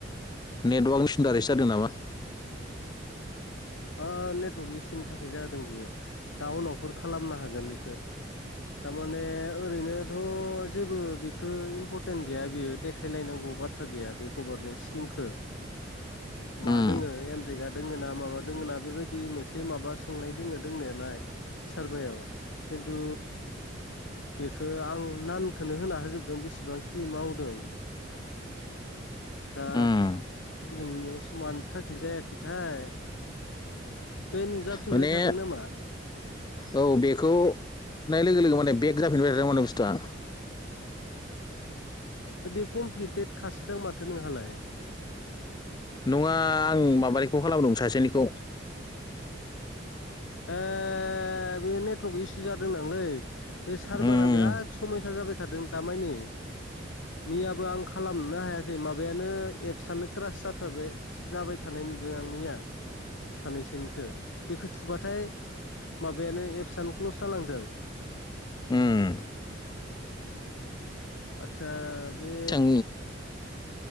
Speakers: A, on the left; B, on the left.
A: नेटवार्कनि इसुनि दारैसो जादों नामा?
B: ओ नेटवर्क इसुनि थाखाय जादों बियो डाउनावफोर खालामनो हागोन इखौ। थारमाने ओरैनोथ' जेबो बेख इम्परटेन्ट गैया बियो देखायलायनांगौ बाथ बाथ्रा गैया बे गभारमेन सिकिम खौ मादों
A: उम
B: एरेा दङा माबा दोङ ना बेबायदि मोनसे माबा सोंनाय दोङो दोंनायालाय। सारभायाव खिन्थु बेखौ आं नानखौनो होना होजोबदों बेसेबांखिनि मावदों। दा
A: उम
B: नोंनियाव मिनि थाखाय जायाखैथाय। बे नुजाफिनबाय
A: माने
B: थादों नामा?
A: औ बेखौ सुनाय लोगो लोगो माने बेग जाफिनबाय थादों माने बुस्थुआ।
B: बे कमप्लिटेट खासोदां माथो नोंहालाय?
A: नङा आं माबानिखौ खालामदों सासेनिखौ।
B: ए बे नेटवर्क इसु जादों नांलै। बे सारभारा
A: उम
B: बिराद समयसा जाबाय थादों दामानि। मैयाबो आं खालामनोनो हायाखै माबायानो एपसनो क्रासाबाय। जाबाय थानाय नुदों आं मैया। सानैनसोनिखौ बेखौ थुबाथाय माबायानो एबसनो क्लस जालांदों।
A: ओम
B: आतसा बे
A: सिगां